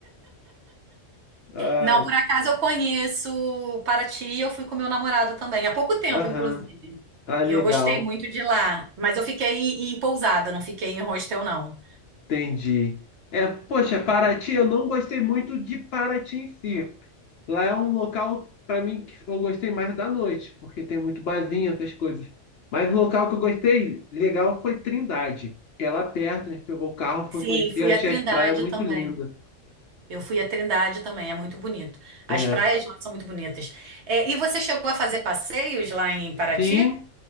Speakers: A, on the left; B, on the right.
A: Ai,
B: Não, por acaso eu conheço Paraty, eu fui com meu namorado também, há pouco tempo,
A: aham.
B: inclusive.
A: Ah,
B: E
A: legal.
B: eu gostei muito de lá, mas eu fiquei em em pousada, não fiquei em hostel, não.
A: Entendi. É, poxa, Paraty, eu não gostei muito de Paraty em si. Lá é um local, para mim, que eu gostei mais da noite, porque tem muito barzinho, essas coisas. Mas o local que eu gostei legal foi Trindade, que é lá perto, a gente pegou o carro,
B: Sim,
A: foi conhecer,
B: fui
A: eu achei
B: a Trindade
A: as praias muito
B: também.
A: lindas.
B: Eu fui a Trindade também, é muito bonito. As
A: É.
B: praias lá são muito bonitas. É, e você chegou a fazer passeios lá em Paraty?
A: Sim,